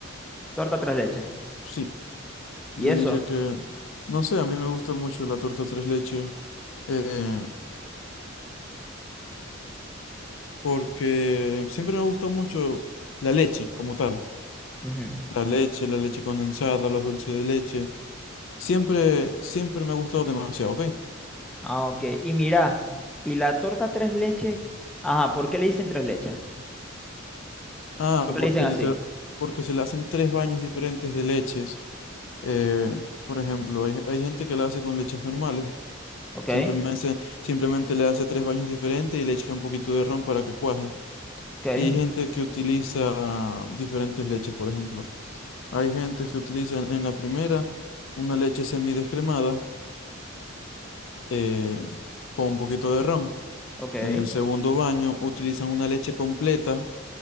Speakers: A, in the centre; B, on the left.
A: Torta tres leches.
B: Sí,
A: ¿Y
B: yo
A: eso?
B: diría que, no sé, a mí me gusta mucho la torta tres leches eh, porque siempre me gustó mucho la leche como tal.
A: Ujú.
B: La leche, la leche condensada, los dulces de leche. Siempre, siempre me ha gustado demasiado, ¿ok?
A: Ah, ok. Y mira, ¿y la torta tres leches? Ajá, ¿por qué le dicen tres leches?
B: Ah,
A: ¿Por qué
B: porque
A: le dicen así?
B: literal, porque se le hacen tres baños diferentes de leches. eh, por ejemplo, hay, hay gente que la hace con leches normales.
A: Ok,
B: Simplemente, simplemente le hace tres baños diferentes y le echa un poquito de ron para que cuaje.
A: ok,
B: Y hay gente que utiliza diferentes leches, por ejemplo. Hay gente que utiliza en en la primera una leche semidescremada eh, con un poquito de ron.
A: ok,
B: En el segundo baño utilizan una leche completa